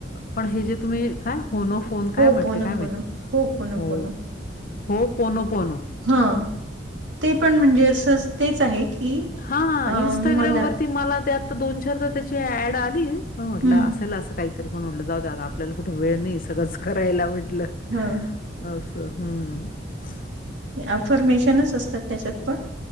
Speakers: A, on the left; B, on the right.
A: पण हे जे तुम्ही काय होन <unintelligible> फोन काय
B: हो
A: म्हटले
B: पोनोपोनो,
A: काय मी
B: पोनोपोनो.
A: हो हो पोनो पोनो
B: हा ते पण म्हणजे असं तेच आहे की
A: हां,
B: अ मला
A: मला ते आ दोन चारदा त्याची ऍड आली पण म्हटलं
B: हं,
A: असेल अस काही <unintelligible> तरी पण म्हटलं जाऊ द आता आपल्याला कुठे वेळ नाही सगळंच करायला म्हटलं <unintelligible>
B: हा <unintelligible>
A: अस हम्म <unintelligible>
B: अफर्मेशनच असतात त्याच्यात पण